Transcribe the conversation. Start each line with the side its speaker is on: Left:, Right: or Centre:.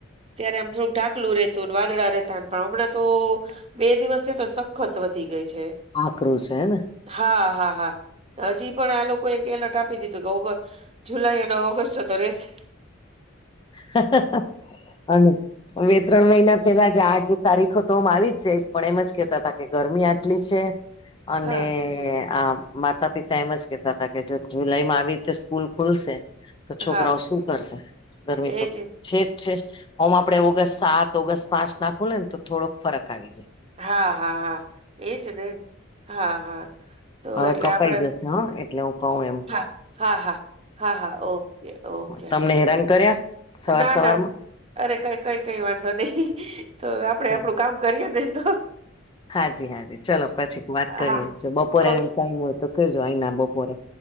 Right: ત્યારે આમ થોડુંક ઢાકેલું રહેતું અને વાદળા રહેતા પણ હમણાં તો બે દિવસ તો સખત વધી ગઈ છે.
Left: આક્રોશ હે ને
Right: હા હા હા હજી પણ આ લોકોએ એલર્ટ આપી દીધું કે ઓગ જુલાઈ અને ઓગસ્ટ તો રેસે.
Left: હ હ હ અને બે ત્રણ મહિના પેલા જ આજ તારીખો તો આમ આવી જ જાય પણ એમ જ કેતા હતા કે ગરમી આટલી છે અને
Right: હા
Left: આ માતા પિતા એમ જ કેહેતા હતા કે જો જુલાઈ માં આવી રીતે સ્કૂલ ખુલશે તો છોકરાઓ
Right: હા
Left: શું કરશે ગરમી
Right: એજ
Left: છેજ છે હું આપડે ઓગસ્ટ સાત ઓગસ્ટ પાંચ નાખું લે ને તો થોડોક ફરક આવી જાય.
Right: હા હા હા એજ ને, હા હા તો
Left: હવે
Right: એટલે
Left: કપાઈ
Right: આપડે
Left: જશે હા એટલે હું કહું એમ.
Right: હા હા હા હા હા ઓકે ઓકે
Left: તમને
Right: હા કઈ
Left: હેરાન
Right: વાત
Left: કર્યા સવાર
Right: ના
Left: સવારમાં
Right: ના. અરે કઈ કઈ કઈ વાંધો નહી તોવે આપડે
Left: ચાલો
Right: આપણું કામ કરીએ ને તો.
Left: હાજી હાજી ચલો પછી વાત કરીએજો
Right: હા
Left: બપોરેને
Right: ઓકે
Left: ટાઈમ હોય તો કરજો અહી ના બપોરે.